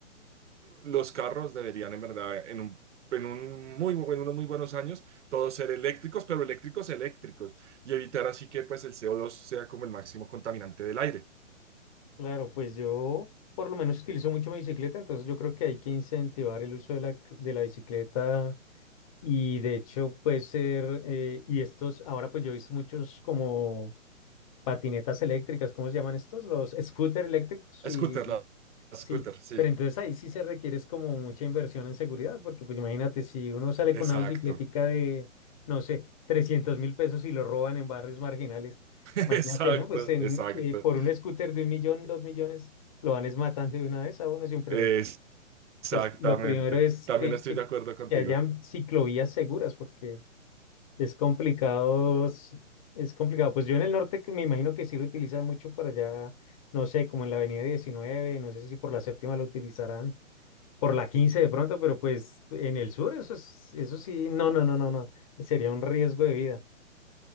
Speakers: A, on the right; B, on the left.
A: los carros deberían, en verdad, en un, en un muy, bu- en unos muy buenos años, todos ser eléctricos, pero eléctricos eléctricos, y evitar así que pues el CO2 sea como el máximo contaminante del aire.
B: claro, pues yo por lo menos utilizo mucho mi bicicleta, entonces yo creo que hay que incentivar el uso de la, de la bicicleta y de hecho puede ser, eh, y estos, ahora pues yo he visto muchos como patinetas eléctricas, ¿cómo se llaman estos? Los scooters eléctricos y
A: Scooter, la, la
B: sí,
A: scooter, sí.
B: pero entonces ahí sí se requiere es como mucha inversión en seguridad, porque pues imagínate si uno sale
A: Exacto,
B: con una bicicletica de, no sé, trescientos mil pesos y lo roban en barrios marginales,
A: <laughs> exacto,
B: imagínate, ¿no? Pues en,
A: exacto.
B: eh, por un scooter de un millón, dos millones, lo van es matando de una vez a uno sin preguntar.
A: Eh, Exactamente.
B: Entonces, lo primero es
A: También
B: que,
A: estoy
B: que,
A: de acuerdo contigo.
B: que hayan ciclovías seguras, porque... Es complicado, s- es complicado. Pues yo en el norte que me imagino que sí lo utilizan mucho por allá, no sé, como en la avenida 19 no sé si por la séptima lo utilizarán, por la 15 de pronto, pero pues en el sur eso es, eso sí, no, no, no, no, no, sería un riesgo de vida.